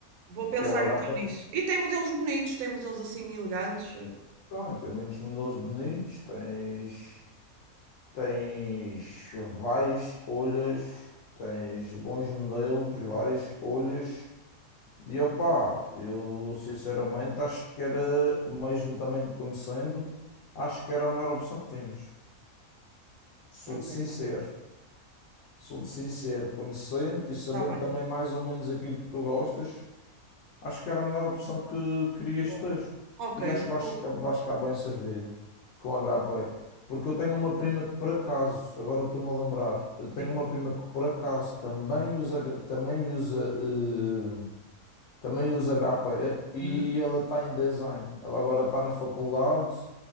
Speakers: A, on the right; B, on the left.
A: Vou pensar
B: que é o HP.
A: então nisso. E tem modelos bonitos, tem modelos assim elegantes.
B: Tem, tem muitos modelos bonitos, tens, tens várias escolhas, tens bons modelos, várias escolhas. E opá, eu sinceramente acho que era, mesmo também te conhecendo, acho que era a melhor opção que tinhas. Sou
A: Ok,
B: de sincero, sou de sincero, conhecendo e sabendo
A: está bem.
B: também mais ou menos aquilo que tu gostas, acho que era a melhor opção que querias
A: Bom,
B: ter.
A: ok,
B: E acho que vais,
A: vou.
B: vais ficar bem servido com a HP. Porque eu tenho uma prima que por acaso, agora eu estou-me a lembrar, eu tenho
A: Sim.
B: uma prima que por acaso também usa, também usa eh, também usa HP e
A: Hum,
B: ela está em design. Ela agora está na faculdade,